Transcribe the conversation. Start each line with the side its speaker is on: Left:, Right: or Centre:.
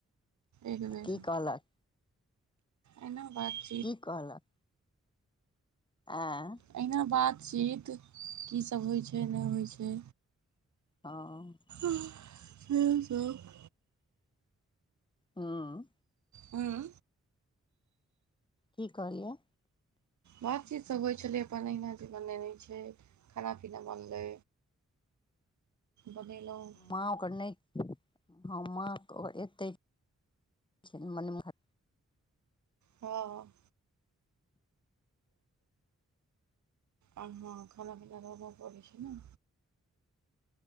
Right: एक बेर।
Left: की कहलक
Right: एना बात।
Left: की कहलक। आं।
Right: एहिना बात-चीत की सभ होइ छै नहि होइ छै।
Left: हँ।
Right: आह--सेहे सब।
Left: हुं।
Right: ऊं।
Left: की कहलियै।
Right: बात-चीत सभ होइ छलै, अपन अहिना जे बनेने छै, खाना-पीना बनलै। बनेलहुँ
Left: माँओ कऽ नै। हाॅं माॅं तऽ एतय छनि, मने भद।
Right: हँ। आ हँ खाना-पिना तऽ बनबऽ परय‌ छै ने।